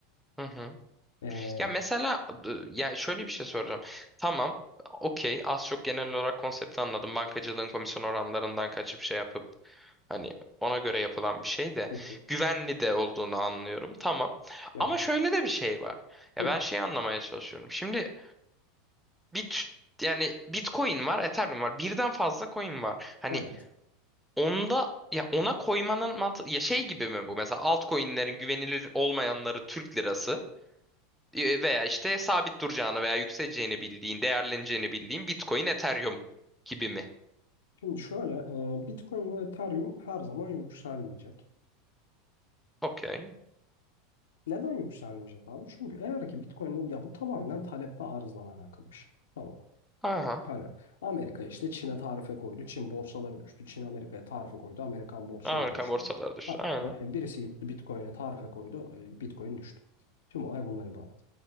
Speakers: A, in the centre; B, on the left.
A: hı. hı.
B: Ee,
A: Ya mesela e, ya şöyle bir şey soracağım. Tamam. Okey. Az çok genel olarak konsepti anladım. Bankacılığın komisyon oranlarından kaçıp şey yapıp hani ona göre yapılan bir şey de
B: Hı hı.
A: güvenli de olduğunu anlıyorum. Tamam.
B: evet.
A: Ama şöyle de bir şey var. Ya
B: Hı,
A: ben şeyi anlamaya çalışıyorum. Şimdi bit yani Bitcoin var, Ethereum var. Birden fazla coin var. Hani
B: evet.
A: Onda ya ona koymanın mantığı ya şey gibi mi bu? Mesela altcoin'lerin güvenilir olmayanları Türk lirası e, veya işte sabit duracağını veya yükseleceğini bildiğin, değerleneceğini bildiğin Bitcoin, Ethereum gibi mi?
B: Şimdi şöyle e, Bitcoin ve Ethereum her zaman yükselmeyecek.
A: Okey.
B: Neden yükselmeyecek abi? Çünkü eğer ki Bitcoin'in ya bu tamamen talep ve arzla alakalı bir şey. Tamam.
A: Aha.
B: Hani Amerika işte Çin'e tarife koydu. Çin borsaları düştü. Çin Amerika'ya tarife koydu. Amerikan borsaları
A: Amerika
B: düştü.
A: borsaları düştü.
B: Ha,
A: Aynen.
B: e, birisi gitti Bitcoin'e tarife koydu. e, Bitcoin düştü. Tüm olay bundan ibaret.